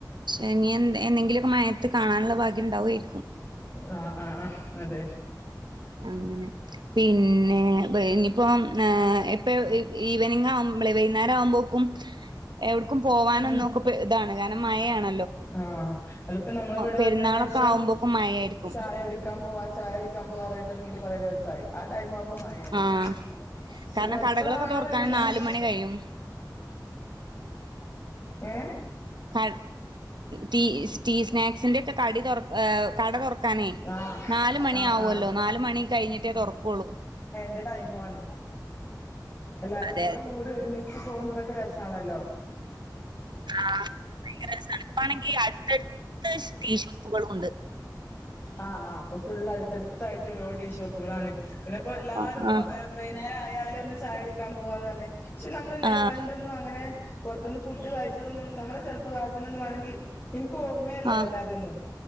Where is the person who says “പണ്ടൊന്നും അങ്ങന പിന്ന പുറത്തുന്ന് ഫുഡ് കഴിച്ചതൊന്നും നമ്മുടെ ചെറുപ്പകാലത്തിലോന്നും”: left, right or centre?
Left